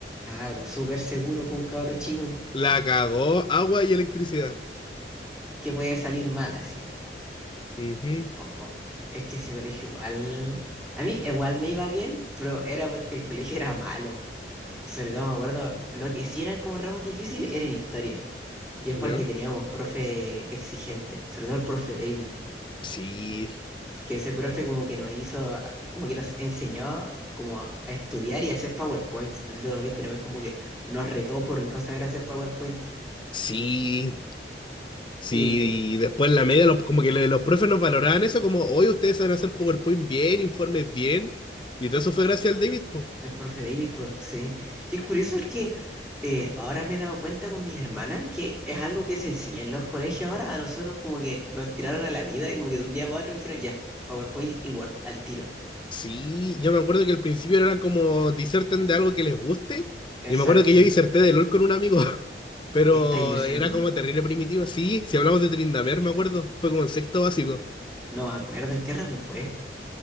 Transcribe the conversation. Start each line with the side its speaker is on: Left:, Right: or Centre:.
Centre: Algo súper seguro para un cabro chico
Left: La cagó agua y electricidad.
Centre: que puede salir mal así.
Left: Ujú,
Centre: oh es que ese colegio igual, a mí igual me iba bien, pero era porque el colegio era malo. Sobre todo me acuerdo, lo que sí eran como ramos difíciles era en historia. Y es
Left: ¿Ya?
Centre: porque teníamos profe exigente, sobre todo el profe David,
Left: Sí,
Centre: que ese profe como que nos hizo, como que nos enseñó como a estudiar y a hacer PowerPoints. No sé si te acordáis que una vez como que nos retó por no saber hacer PowerPoints.
Left: sí, sí.
Centre: y
Left: Y después en la media, los, como que le- los profes nos valoraban eso, como, hoy ustedes saben hacer PowerPoint bien, informes bien. Y todo eso fue gracias al David, po.
Centre: El profe Davis, pues, sí. Y es curioso porque eh, ahora me he dado cuenta con mis hermanas que es algo que se enseña en los colegios ahora. A nosotros como que nos tiraron a la vida y como que de un día para otro nos dijeron ya, PowerPoint y Word al tiro.
Left: Sí, yo me acuerdo que al principio eran como diserten de algo que les guste.
Centre: Exacto.
Left: Y me acuerdo que yo diserté de LOL con un amigo, <laughs> pero
Centre: ¿Me estáis lesionando?
Left: era como terrible primitivo. Sí, si hablamos de Trindamer, me acuerdo, fue como en sexto básico.
Centre: No me acuerdo en qué ramo fue.